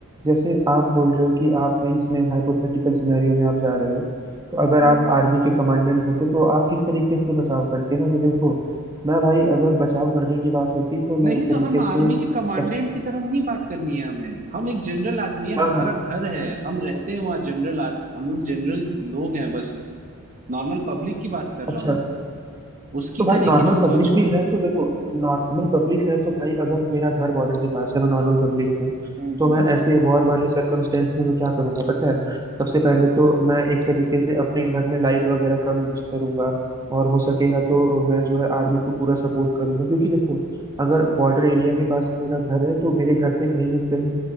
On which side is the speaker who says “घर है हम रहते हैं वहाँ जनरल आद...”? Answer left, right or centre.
Right